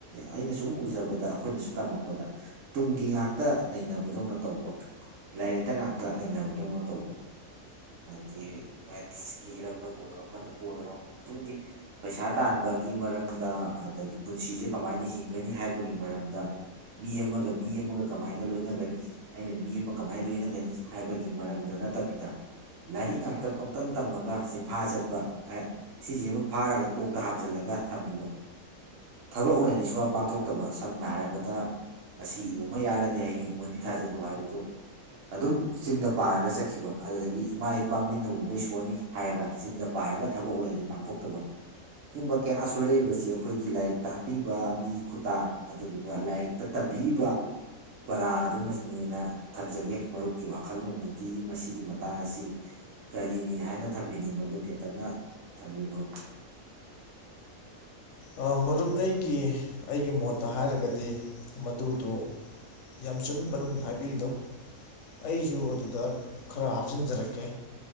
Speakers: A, on the right; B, on the left.
A: ꯑꯩꯅ ꯁꯨꯝ ꯎꯖꯕꯗ ꯑꯩꯈꯣꯏꯅꯁꯨ ꯇꯝꯃꯛꯄꯗ ꯇꯨꯡꯒꯤ ꯉꯥꯛꯇ ꯅꯩꯅꯕꯗꯧꯅ ꯇꯧꯕ ꯂꯥꯏꯔꯤꯛꯇ ꯉꯥꯛꯇ ꯅꯩꯅꯕꯗꯧꯅꯣ ꯇꯧꯕ ꯍꯥꯏꯗꯤ ꯃꯦꯠꯁꯀꯤ ꯍꯤꯔꯝꯗꯕꯨ ꯑꯣꯏꯔꯣ ꯑꯃꯗꯕꯨ ꯑꯣꯏꯔꯣ ꯇꯨꯡꯒꯤ ꯄꯩꯁꯥ ꯇꯥꯟꯕꯒꯤ ꯃꯔꯝꯗ ꯑꯗꯒꯤ ꯄꯨꯟꯁꯤꯁꯦ ꯀꯃꯥꯏꯅ ꯍꯤꯡꯒꯅꯤ ꯍꯥꯏꯕꯒꯤ ꯃꯔꯝꯗ ꯃꯤ ꯑꯃꯒ ꯃꯤ ꯑꯃꯒ ꯀꯃꯥꯏꯅ ꯂꯣꯏꯅꯒꯅꯤ ꯑꯩꯅ ꯃꯤ ꯑꯃ ꯀꯃꯥꯏꯅ ꯂꯣꯏꯅꯒꯅꯤ ꯍꯥꯏꯕꯒꯤ ꯃꯔꯝꯗ ꯅꯠꯇꯕꯤꯗ ꯂꯥꯏꯔꯤꯛ ꯉꯥꯛꯇ ꯄꯪꯇꯝ ꯇꯝꯃꯒ ꯆꯤꯟꯐꯥ ꯆꯠꯄ ꯁꯤꯁꯤ ꯑꯃ ꯐꯥꯔꯒ ꯀꯣꯛꯇ ꯍꯥꯝꯖꯜꯂꯒ ꯊꯝꯈꯤꯕ ꯊꯕꯛ ꯑꯣꯏꯅꯗꯤ ꯁꯨꯡꯄꯥꯡ ꯄꯥꯡꯊꯣꯛꯇꯕ ꯁꯝꯅ ꯍꯥꯏꯔꯕꯗ ꯉꯁꯤ ꯎ ꯑꯃ ꯌꯥꯜꯂꯅꯤ ꯍꯌꯦꯡ ꯎ ꯑꯅꯤ ꯊꯥꯖꯤꯜꯂꯨ ꯍꯥꯏꯕꯗꫭ ꯑꯗꯨꯝ ꯆꯤꯟꯗ ꯄꯥꯔꯒ ꯆꯠꯈꯤꯕ ꯑꯗꯨꯗꯒꯤ ꯏꯃꯥ ꯏꯄꯥ ꯃꯤꯠꯅ ꯎꯕ ꯏꯁꯣꯔꯅꯤ ꯍꯥꯏꯔꯒ ꯆꯤꯟꯗ ꯄꯥꯔꯒ ꯊꯕꯛ ꯑꯣꯏꯅꯗꯤ ꯄꯥꯡꯊꯣꯛꯇꯕ ꯁꯤꯒꯨꯝꯕ ꯀꯌꯥ ꯁꯣꯏꯔꯛꯏꯕꯁꯤ ꯑꯩꯈꯣꯏꯒꯤ ꯂꯥꯏꯔꯤꯛ ꯇꯥꯛꯄꯤꯕꯒꯤ ꯈꯨꯇꯥ ꯑꯗꯨꯗꯨꯒ ꯂꯥꯏꯔꯤꯛꯇ ꯇꯝꯕꯤꯔꯤꯕ ꯄꯔꯥꯗꯨꯅꯅꯦꯅ ꯊꯝꯖꯒꯦ ꯃꯔꯨꯞꯀꯤ ꯋꯥꯈꯜꯂꯣꯟꯗꯗꯤ ꯃꯁꯤꯒꯤ ꯃꯇꯥꯡ ꯑꯁꯤ ꯀꯔꯤꯅꯤ ꯍꯥꯏꯅ ꯊꯝꯕꯤꯅꯤꯡꯕꯒꯦ ꯇꯦꯟꯇꯛꯅ ꯊꯝꯕꯤꯌꯨ ꯃꯔꯨꯞ
B: ꯑ ꯃꯔꯨꯞ ꯑꯩꯒꯤ ꯑꯩꯒꯤ ꯃꯣꯠꯇ ꯍꯥꯏꯔꯒꯗꯤ ꯃꯗꯨꯗꯣ ꯌꯥꯝ ꯆꯨꯝꯃꯤ ꯃꯔꯨꯞꯅ ꯍꯥꯏꯕꯤꯔꯤꯗꯣ ꯑꯩꯁꯨ ꯑꯗꯨꯗ ꯈꯔ ꯍꯥꯞꯆꯤꯟꯖꯔꯛꯀꯦ